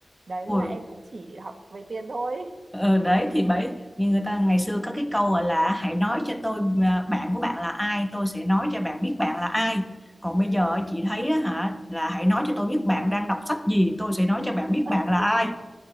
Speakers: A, on the right; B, in the centre.
A: đấy
B: Ui,
A: thế là em cũng chỉ học về tiền thôi
B: ừ, đấy thì bởi như người ta ngày xưa có cái câu gọi là hãy nói cho tôi à, bạn của bạn là ai tôi sẽ nói cho bạn biết bạn là ai còn bây giờ chị thấy á hả là hãy nói cho tôi biết bạn đang đọc sách gì tôi sẽ nói cho bạn biết
A: <laughs>
B: bạn là ai